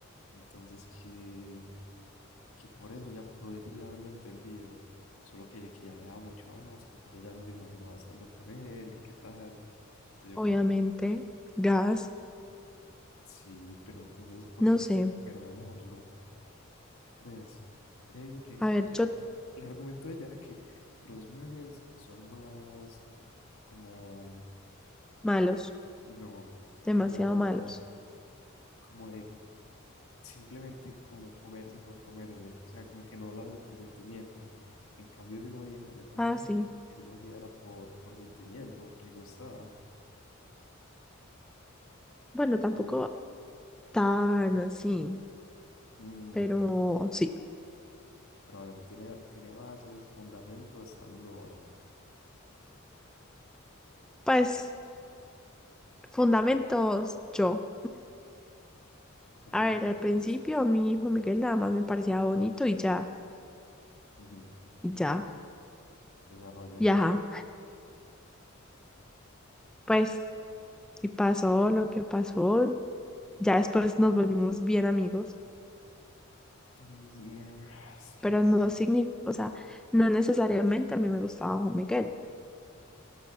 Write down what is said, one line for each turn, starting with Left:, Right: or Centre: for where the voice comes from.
Left: entonces que, que por eso ya podría haberlo entendido, solo que, que ya le daba mucho asco, que ella ya no se imaginaba estando con él y qué tal. Entonces yo
Centre: Obviamente.
Left: como,
Centre: Gas.
Left: sí, pero entonces, ¿por
Centre: No
Left: qué
Centre: sé.
Left: dice que perdonarlo? Pues ella dice que,
Centre: A ver,
Left: o sea,
Centre: yo
Left: no, el argumento de ella era que los manes son más como,
Centre: malos.
Left: no,
Centre: Demasiado
Left: como
Centre: malos.
Left: como de simplemente como comerse por comerse, o sea, como que no lo hacen por sentimiento. En cambio, si una vieja se comía,
Centre: Ah,
Left: uno,
Centre: sí.
Left: creo que sí lo hacía era por, por sentimiento, porque le gustaba.
Centre: Bueno, tampoco tan así,
Left: Mm,
Centre: pero sí.
Left: pero a ver, tiene, tiene bases, fundamentos, está hablando bases.
Centre: Pues fundamentos yo.
Left: Como
Centre: A
Left: que
Centre: ver,
Left: fundamentos.
Centre: al principio a mi hijo Miguel nada más me parecía bonito y ya,
Left: Ujú,
Centre: y ya,
Left: desarrolla.
Centre: y ajá. Pues, y pasó lo que pasó. Ya después nos volvimos bien amigos,
Left: Y, ah, es que,
Centre: pero no significa, o sea, no necesariamente a mí me gustaba Juan Miguel.